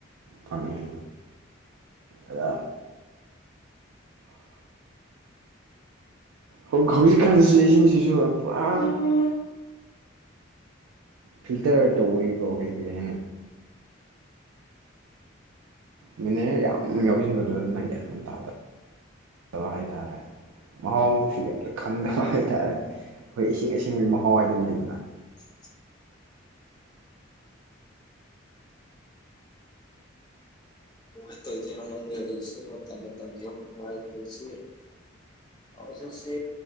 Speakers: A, on the right (about 80°); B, on the left (about 20°).
A: ꯐꯪꯉꯤ ꯑꯗ ꯍꯧ ꯍꯧꯖꯤꯛꯀꯥꯟꯁꯤ ꯏꯁꯤꯡꯥꯤꯖꯨ ꯄꯨꯔꯥ
B: ꯀꯃꯥꯏꯅ
A: ꯐꯤꯜꯇꯔ ꯇꯧꯕꯒꯤꯀꯣ ꯀꯩ ꯀꯩ ꯍꯥꯏꯅꯩ ꯃꯤꯅꯔꯜ ꯌꯥꯝ ꯌꯥꯎꯁꯤꯟꯕꯗꯣ ꯑꯗꯨꯅ ꯌꯥꯝ ꯇꯗꯕ ꯍꯥꯏ ꯇꯥꯔꯦ ꯃꯍꯥꯎꯁꯤꯗꯤ ꯑꯝꯇ ꯈꯪꯗꯕ ꯍꯥꯏꯇꯥꯔꯦ ꯑꯩꯈꯣꯏ ꯏꯁꯤꯡ ꯑꯁꯦꯡꯕꯒꯤ ꯃꯍꯥꯎ ꯍꯥꯏꯗꯣ ꯑꯝ ꯂꯩꯗꯅ
B: <inaudible> ꯀꯃꯥꯟ ꯇꯧꯗꯨꯏꯅꯣ ꯈꯡꯗꯦ ꯍꯧꯖꯤꯛꯁꯦ ꯃꯇꯝ ꯃꯇꯝꯒꯤ <unintelligible> ꯍꯧꯖꯤꯛꯁꯦ